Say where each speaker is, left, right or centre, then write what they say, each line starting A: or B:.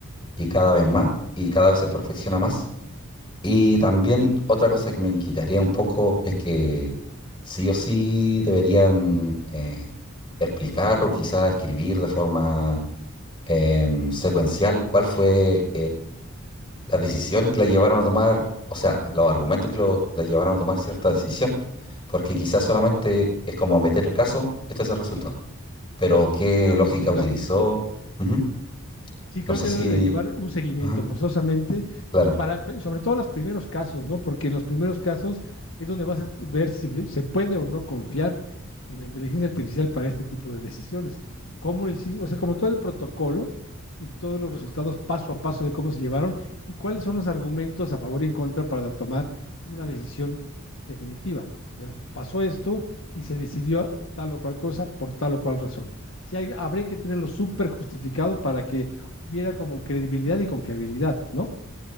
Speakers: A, on the left; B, on the left.
A: y cada vez más, y cada vez se perfecciona más. Y también otra cosa que me inquietaría un poco es que sí o sí deberían eh, explicar o quizá escribir de forma em, secuencial cuál fue las decisiones que la llevaron a tomar, o sea, los argumentos que lo, la llevaron a tomar cierta decisión, porque quizás solamente es como meter el caso, este es el resultado. Pero qué
B: Y no,
A: lógica
B: no, sí, claro.
A: utilizó, Ujú.
B: Sí, creo
A: No sé
B: que
A: si...
B: debe de llevar un seguimiento
A: Ajá,
B: forzosamente,
A: claro,
B: y para, pe- sobre todo los primeros casos, ¿no? Porque en los primeros casos es donde vas a ver si fe- se puede o no confiar en la inteligencia artificial para este tipo de decisiones. ¿Cómo lo hiciste? O sea, como todo el protocolo y todos los resultados paso a paso de cómo se llevaron y cuáles son los argumentos a favor y en contra para tomar una decisión definitiva. O sea, pasó esto y se decidió tal o cual cosa por tal o cual razón. Sí, hay- habría que tenerlo súper justificado para que hubiera como credibilidad y confiabilidad, ¿no?